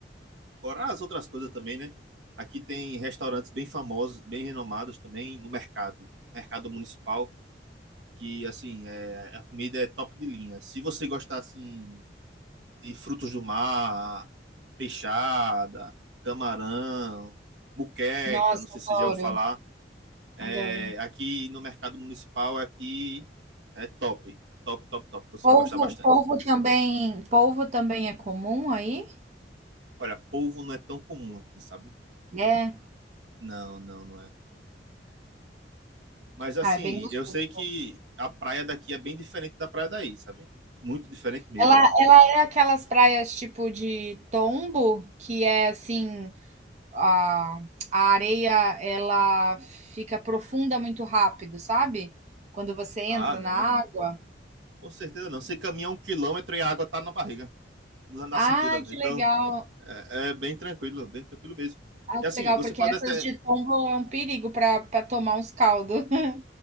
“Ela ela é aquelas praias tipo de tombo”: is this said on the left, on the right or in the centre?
Right